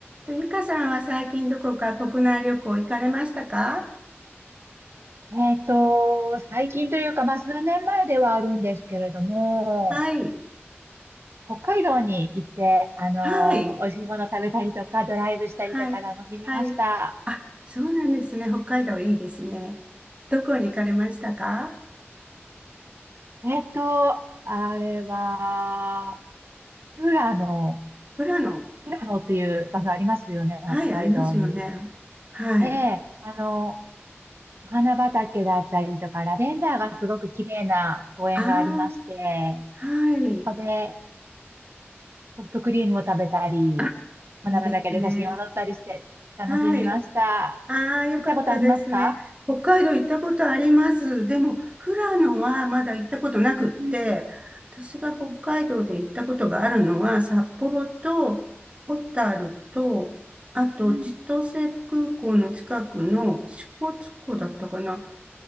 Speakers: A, on the right; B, on the right.
A: と、ゆかさんは最近どこか国内旅行行かれましたか
B: えっと、最近というか、まあ、数年前ではあるんですけれども、
A: はい。
B: 北海道に行って、あのー美味しいもの食べたりとか、
A: はい。
B: ドライブしたりとか楽しみました。
A: はい。はい。あ、そうなんですね。北海道いいですね。どこに行かれましたか
B: えっと、あれは、富良野、
A: 富良野。
B: 富良野っていう場所ありますよね、北海道に。
A: はい、ありますよね。はい。
B: で、あの、お花畑だったりとか、ラベンダーがすごく綺麗な公園がありまして、
A: ああ、はい。
B: そこで、ソフトクリームを食べたり、
A: あ、
B: 花畑で写真を撮ったりして楽しみました。
A: いいですね。はい。ああ、よかったですね。
B: 行ったことありますか
A: 北海道行ったことあります。でも、富良野はまだ行ったことなくって、
B: うん
A: 私が北海道で行ったことがあるのは、
B: うん
A: 札幌と小樽と、あと千歳空港の近くの支笏湖だったかな。
B: うんうん